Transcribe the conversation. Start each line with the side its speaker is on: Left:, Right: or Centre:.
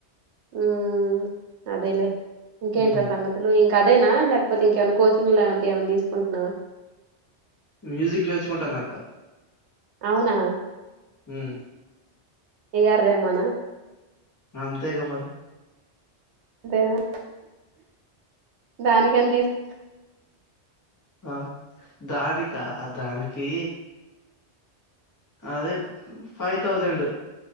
Right: ఉమ్ అదేలే ఇంకేంటిరా
Left: ఉమ్,
Right: సంగతులు ఇం ంకా అదేనా లేకపోతే ఇంకేమైనా కోచింగ్ లాంటివి ఏమైనా తీసుకుంటున్నావా
Left: మ్యూజిక్ నేర్చుకుంటన్నా అక్క
Right: అవున
Left: ఉమ్
Right: ఎ ఆర్ రెమనా
Left: ఆ అంతేగా మరి
Right: అంతేనా దానికని దీస్
Left: అ దాడికా దానికీ అదే ఫై థౌజెండ్